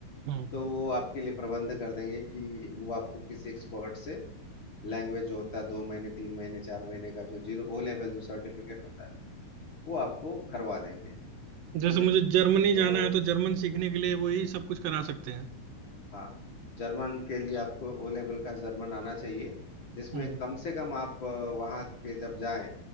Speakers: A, on the right; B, on the left.
A: हम्म
B: तो वो आपके लिए प्रबंध कर देंगे कि वो आपको किसी एक्सपर्ट से लैंग्वेज जो होता है दो महीने तीन महीने चार महीने का जो जीरो ओ लेवल जो सर्टिफिकेट होता है वो आपको करवा देंगे
A: जैसे
B: समझे
A: मुझे जर्मनी
B: तो
A: जाना है तो जर्मन सीखने के लिए वो यही सब कुछ करा सकते हैं
B: हाँ जर्मन के लिए आपको ओ लेवल का जर्मन आना चाहिए जिसमें
A: हम्म
B: कम से कम आप अ, वहाँ पे जब जाएं